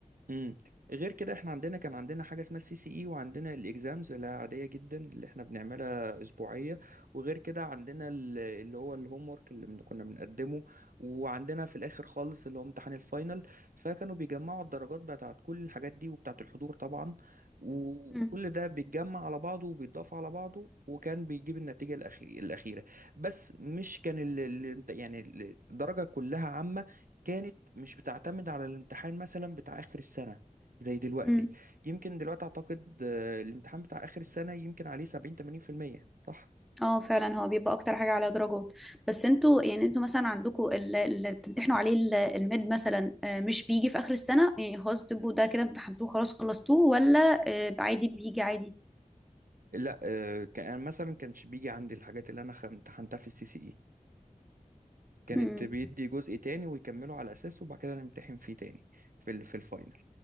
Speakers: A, on the right; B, in the centre.
A: امم غير كده احنا عندنا كان عندنا حاجه اسمها السي سي اي وعندنا الاكزامز اللي عاديه جدا اللي احنا بنعملها اسبوعيه وغير كده عندنا ال- اللي هو الهوم ورك اللي بن- كنا بنقدمه وعندنا في الاخر خالص اللي هو امتحان الفاينل فكانوا بيجمعوا الدرجات بتاعت كل الحاجات دي وبتاعت الحضور طبعا وكل
B: مم.
A: ده بيتجمع على بعضه وبيتضاف على بعضه وكان بيجيب النتيجه الأخي- الاخيره بس مش كان ال... ال- يعني الدرجه كلها عامه كانت مش بتعتمد على الامتحان مثلا بتاع آخر السنة زي دلوقتي
B: مم.
A: يمكن دلوقتي أعتقد آه، الامتحان بتاع آخر السنة يمكن عليه 70 80% صح؟
B: اه فعلا هو بيبقى اكتر حاجة على درجات بس انتوا يعني انتوا مثلا عندكم اللي, اللي بتمتحنوا عليه ال- الميد مثلا آه، مش بيجي في اخر السنة يعني خلاص بتبقوا ده كده امتحنتوه خلاص خلصتوه ولا آه، عادي بيجي عادي
A: لا آه، كان يعني مثلا كانش بيجي عندي الحاجات اللي أنا خ- امتحنتها في السي سي إي كانت
B: مم.
A: بيدي جزء تاني ويكمله على أساسه وبعد كده نمتحن فيه تاني في ال- في الفاينل